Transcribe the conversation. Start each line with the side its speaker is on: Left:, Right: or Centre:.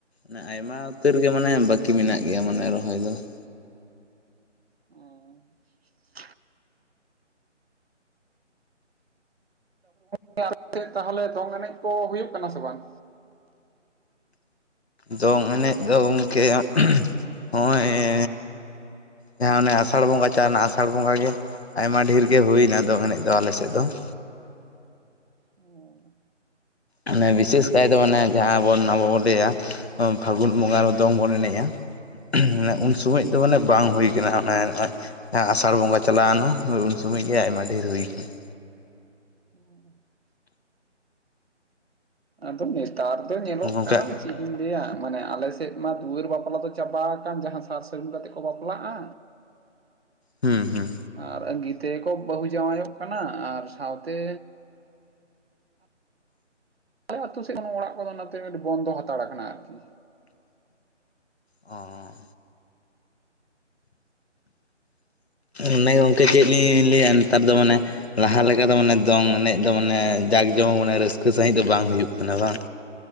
Left: ᱱᱟ ᱟᱭᱢᱟ ᱩᱛᱟᱹᱨ ᱜᱮ ᱢᱟᱱᱮ ᱵᱟᱹᱠᱤ ᱢᱮᱱᱟᱜ ᱜᱮᱭᱟ ᱢᱟᱱᱮ ᱨᱚᱦᱚᱭ ᱫᱚ ᱾
Right: ᱚᱸ <inaudible> <inaudible> ᱛᱟᱦᱮᱞᱮ ᱫᱚᱝ ᱮᱱᱮᱡ ᱠᱚ ᱦᱩᱭᱩᱜ ᱠᱟᱱᱟ ᱥᱮ ᱵᱟᱝ?
Left: ᱫᱚᱝ ᱮᱱᱮᱡ ᱫᱚ ᱜᱚᱢᱠᱮ <inaudible> ᱦᱚᱸᱜᱼᱚᱭᱮ ᱡᱟᱦᱟᱸ ᱚᱱᱮ ᱟᱥᱟᱲ ᱵᱚᱸᱜᱟ ᱪᱟ ᱱᱟ ᱟᱥᱟᱲ ᱵᱚᱸᱜᱟ ᱜᱮ ᱾ ᱟᱭᱢᱟ ᱰᱷᱤᱨ ᱜᱮ ᱦᱩᱭᱱᱟ ᱫᱚᱝ ᱮᱱᱮᱡ ᱫᱚ ᱟᱞᱮᱥᱮᱫ ᱫᱚ ᱾
Right: ᱚ
Left: ᱟᱱᱮ ᱵᱤᱥᱮᱥ ᱠᱟᱭ ᱫᱚ ᱚᱱᱮ ᱡᱟᱦᱟᱸᱵᱚᱱ ᱟᱵᱚᱵᱚᱱ ᱞᱟᱹᱭᱟ <inaudible> ᱯᱷᱟᱹᱜᱩᱱ ᱵᱚᱸᱜᱟ ᱨᱮ ᱫᱚᱝ ᱵᱚᱱ ᱮᱱᱮᱡᱼᱟ ᱾ <inaudible> ᱩᱱ ᱥᱚᱢᱚᱭ ᱫᱚ ᱢᱟᱱᱮ ᱵᱟᱝ ᱦᱩᱭ ᱠᱟᱱᱟ <inaudible> ᱟᱸ ᱟᱥᱟᱲ ᱵᱚᱸᱜᱟ ᱪᱟᱞᱟᱣᱱᱟ ᱩᱱ ᱥᱚᱢᱚᱭ ᱜᱮ ᱟᱭᱢᱟ ᱰᱷᱮᱨ ᱦᱩᱭᱠᱟᱱ ᱾
Right: <inaudible> ᱟᱫᱚ ᱱᱮᱛᱟᱨ ᱫᱚ ᱧᱮᱞᱚᱜ
Left: ᱜᱚᱝᱠᱮ
Right: ᱠᱟᱱᱟ ᱾ ᱪᱮᱜ ᱤᱧ ᱞᱟᱹᱭᱟ ᱢᱟᱱᱮ ᱟᱞᱮ ᱥᱮᱫ ᱢᱟ ᱫᱩᱣᱟᱹᱨ ᱵᱟᱯᱞᱟ ᱫᱚ ᱪᱟᱵᱟ ᱟᱠᱟᱱ ᱡᱟᱦᱟᱸ ᱥᱟᱨ ᱥᱟᱹᱜᱩᱱ ᱠᱟᱛᱮ ᱠᱚ ᱵᱟᱯᱞᱟᱜᱼᱟ᱾
Left: ᱦᱩᱸ ᱦᱩᱸ
Right: ᱟᱨ ᱟᱺᱜᱤ ᱛᱮᱠᱚ ᱵᱟᱹᱦᱩ ᱡᱚᱶᱟᱭᱚᱜ ᱠᱟᱱᱟ ᱟᱨ ᱥᱟᱶᱛᱮ ᱟᱞᱮ ᱟᱛᱩ ᱥᱮᱫ ᱦᱚᱸ ᱱᱚ ᱚᱲᱟᱜ ᱠᱚᱫᱚ ᱱᱟᱛᱮ ᱵᱚᱱᱫᱚ ᱦᱟᱛᱟᱲ ᱟᱠᱟᱱᱟ ᱟᱨᱠᱤ᱾
Left: ᱚᱸ ᱚᱱᱮ ᱜᱚᱝᱠᱮ ᱪᱮᱫ ᱞᱤᱧ ᱞᱟᱹᱭᱟ ᱱᱮᱛᱟᱨ ᱫᱚ ᱢᱟᱱᱮ ᱞᱟᱦᱟ ᱞᱮᱠᱟ ᱫᱚ ᱢᱟᱱᱮ ᱫᱚᱝ ᱮᱱᱮᱡ ᱫᱚ ᱢᱟᱱᱮ ᱡᱟᱠ ᱡᱚᱢᱚᱠ ᱢᱟᱱᱮ ᱨᱟᱹᱥᱠᱟᱹ ᱥᱟᱹᱦᱤᱡ ᱫᱚ ᱵᱟᱝ ᱦᱩᱭᱩᱜ ᱠᱟᱱᱟ ᱵᱟᱝ?